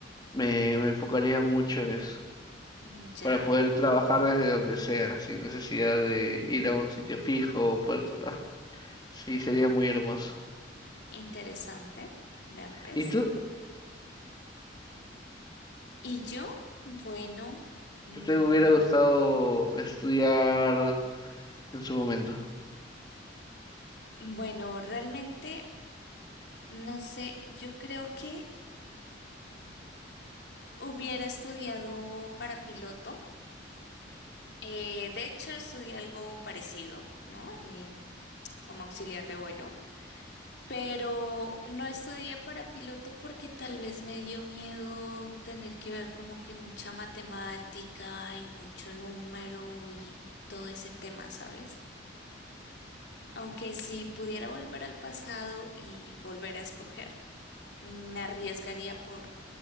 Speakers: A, on the left (about 20°); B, on the left (about 60°).
A: me, me enfocaría mucho en eso,
B: Mm,
A: para
B: Ya,
A: poder trabajar desde donde sea, sin necesidad de ir a un sitio fijo o poder tra- Sí, sería muy hermoso.
B: interesante. Vea pues.
A: ¿Y tú?
B: ¿Y yo? Bueno, mm,
A: ¿Qué te hubiera gustado estudiar en su momento?
B: bueno, realmente no sé, yo creo que hubiera estudiado para piloto. Eh, de hecho, estudié algo parecido, ¿no? Eh, como auxiliar de vuelo. Pero no estudié para piloto porque tal vez me dio miedo tener que ver como que mucha matemática y mucho número y todo ese tema, ¿sabes? Aunque si pudiera volver al pasado y volver a escoger, me arriesgaría por,